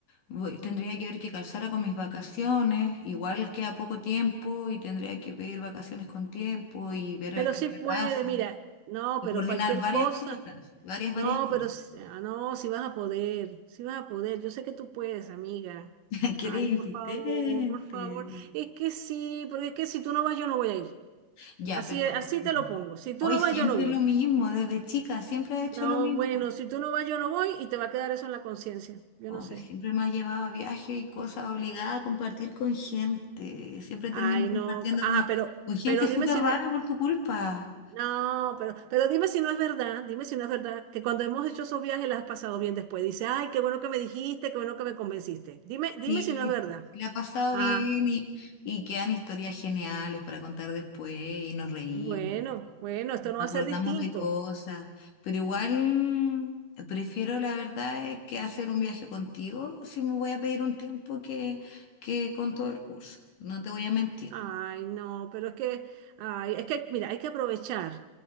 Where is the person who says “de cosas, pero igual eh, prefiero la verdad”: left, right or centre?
Left